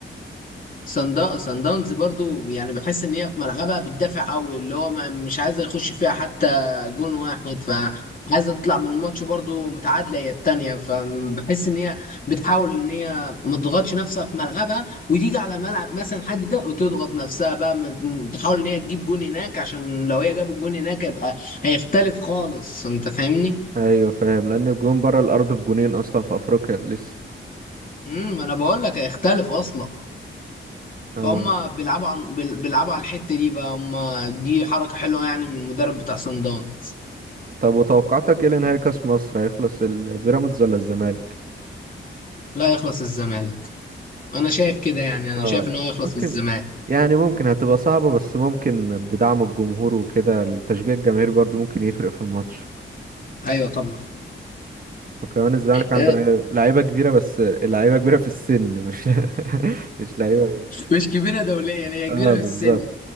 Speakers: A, on the left; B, on the right.
A: سان سان داونز برضو يعني بحس ان هي في ملعبها بتدافع قوي اللي هو ما مش عايزه يخش فيها حتى جون واحد فعايزه تطلع من الماتش برضو متعادله هي التانيه فبحس ان هي بتحاول ان هي ما تضغطش نفسها في ملعبها وتيجي على ملعب مثلا حد ده وتضغط نفسها بقى ما- تحاول ان هي تجيب جون هناك عشان لو هي جابت جون هناك يبقى هيختلف خالص انت فاهمني
B: ايوه فاهم لان الجون بره الارض بجونين اصلا في افريقيا لسه
A: امم انا بقول لك هيختلف اصلا
B: آه.
A: فهم بيلعبوا عن بيل- بيلعبوا على الحتة دي بقى هم دي حركة حلوة يعني من المدرب بتاع سان داونز
B: طب وتوقعاتك ايه لنهائي كاس مصر هيخلص البيراميدز ولا الزمالك
A: لا يخلص الزمالك انا شايف كده يعني انا
B: اه
A: شايف ان هو يخلص
B: ممكن
A: للزمالك
B: يعني ممكن هتبقى صعبة بس ممكن بدعم الجمهور وكده التشجيع الجماهيري برضو ممكن يفرق في الماتش
A: ايوه طبعا
B: وكمان الزمالك عنده
A: آه،
B: لعيبة لعيبة كبيرة بس اللعيبة كبيرة في السن مش <laughs> مش لعيبة
A: مش كبيرة دوليا هي كبيرة
B: اه
A: في السن
B: بالظبط